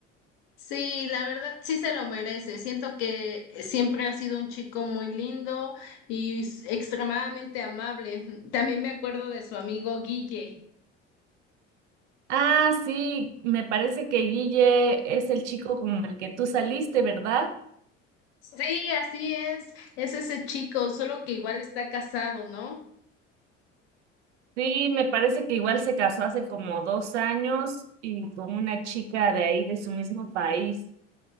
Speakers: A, on the left (about 55°); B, on the right (about 65°).
A: Sí, la verdad sí se lo merece. Siento que siempre ha sido un chico muy lindo y s- extremadamente amable. <laughs> También me acuerdo de su amigo Guille.
B: Ah, sí, me parece que Guille es el chico con el que tú saliste, ¿verdad?
A: Sí, así es, es ese chico, solo que igual está casado, ¿no?
B: Sí, me parece que igual se casó hace como dos años y con una chica de ahí, de su mismo país.